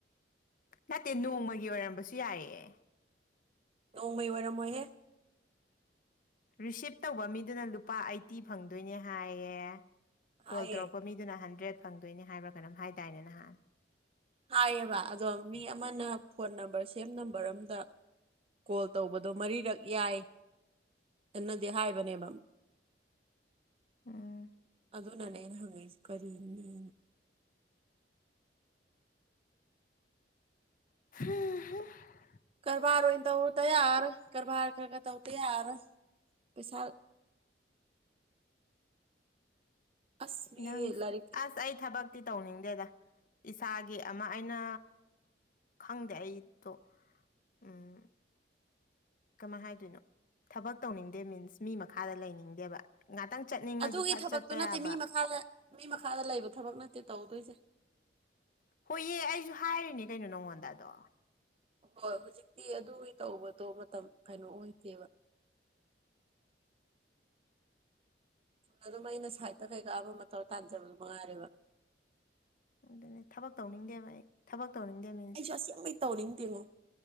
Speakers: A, on the left (about 50°); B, on the right (about 30°).
A: ꯅꯠꯇꯦ ꯅꯣꯡꯃꯒꯤ ꯑꯣꯏꯔꯝꯕꯁꯨ ꯌꯥꯏꯌꯦ
B: ꯅꯣꯡꯃꯩ ꯑꯣꯏꯔꯝꯃꯣꯏꯍꯦ
A: ꯔꯤꯁꯤꯞ ꯇꯧꯕ ꯃꯤꯗꯨꯅ ꯂꯨꯄꯥ ꯑꯩꯠꯇꯤ ꯐꯪꯗꯣꯏꯅꯦ ꯍꯥꯏꯌꯦ
B: ꯍꯥꯏꯌꯦ
A: ꯀꯣꯜ ꯇꯧꯔꯛꯄ ꯃꯤꯗꯨꯅ ꯍꯟꯗ꯭ꯔꯦꯗ ꯐꯪꯗꯣꯏꯅꯤ ꯍꯥꯏꯕ꯭ꯔꯥ ꯀꯩꯅꯣꯝ ꯍꯥꯏꯗꯥꯏꯅꯦ ꯅꯍꯥꯟ
B: ꯍꯥꯏꯌꯦꯕ ꯑꯗꯣ ꯃꯤ ꯑꯃꯅ ꯐꯣꯟ ꯅꯝꯕꯔ ꯁꯦꯝ ꯅꯝꯕꯔ ꯑꯝꯗ ꯀꯣꯜ ꯇꯧꯕꯗꯣ ꯃꯔꯤꯔꯛ ꯌꯥꯏ ꯑꯦ ꯅꯗꯤ ꯍꯥꯏꯕꯅꯦꯕ
A: ꯎꯝ
B: ꯑꯗꯨꯅꯅꯦ ꯑꯩꯅ ꯍꯪꯉꯛꯏꯁꯦ <unintelligible>
A: <unintelligible>
B: ꯀꯔꯕꯥꯥꯔ ꯑꯣꯏꯅ ꯇꯧꯗ ꯌꯥꯔꯕꯣꯏ ꯀꯔꯕꯥꯔ ꯀ ꯀ ꯇꯧꯗ ꯌꯥꯔꯔꯣꯏ ꯄꯩꯁꯥ ꯑꯁ ꯃꯤ
A: ꯅꯪ
B: ꯂꯥꯏꯔꯤꯛ
A: ꯑꯁ ꯑꯩ ꯊꯕꯛ ꯇꯤ ꯇꯧꯅꯤꯡꯗꯦꯗ ꯏꯁꯥꯒꯤ ꯑꯃ ꯑꯩꯅ ꯈꯪꯗꯦ ꯑꯩꯗꯣ ꯎꯝ ꯀꯃꯥꯏ ꯍꯥꯏꯗꯣꯏꯅꯣ ꯊꯕꯛ ꯇꯧꯅꯤꯡꯗꯦ ꯃꯤꯟꯁ ꯃꯤ ꯃꯈꯥꯗ ꯂꯩꯅꯤꯡꯗꯦꯕ ꯉꯥꯛꯇꯪ ꯆꯠꯅꯤꯡꯉꯁꯨ
B: ꯑꯗꯨꯒꯤ
A: ꯐꯠ
B: ꯊꯕꯛꯇꯨ
A: ꯆꯠꯄ
B: ꯅꯠꯇꯦ
A: ꯌꯥꯕ
B: ꯃꯤ ꯃꯈꯥꯗ ꯃꯤ ꯃꯈꯥꯗ ꯂꯩꯕ ꯊꯕꯛ ꯅꯠꯇꯦ ꯇꯧꯗꯣꯏꯁꯦ
A: ꯍꯣꯏꯌꯦ ꯑꯩꯁꯨ ꯍꯥꯏꯔꯤꯅꯦ ꯀꯩꯅꯣ ꯅꯪꯉꯣꯟꯗ ꯑꯗꯣ
B: ꯍꯣꯏ ꯍꯧꯖꯤꯛꯇꯤ ꯑꯗꯨꯒꯤ ꯇꯧꯕꯗꯣ ꯃꯇꯝ ꯀꯩꯅꯣ ꯑꯣꯏꯗꯦꯕ ꯆꯨꯝꯅ ꯑꯗꯨꯝ ꯑꯩꯅ ꯁꯥꯏꯗꯇ ꯀꯩꯀꯥ ꯑꯃ ꯑꯃ ꯇꯧ ꯇꯥꯟꯖꯕꯗꯨ ꯃꯉꯥꯏꯔꯦꯕ
A: ꯑꯗꯨꯅꯦ ꯊꯕꯛ ꯇꯧꯅꯤꯡꯗꯦꯕ ꯑꯩ ꯊꯕꯛ ꯇꯧꯅꯤꯡꯗꯦ ꯃꯤ
B: ꯑꯩꯁꯨ ꯑꯁꯦꯡꯕꯩ ꯇꯧꯅꯤꯡꯗꯦꯉꯣ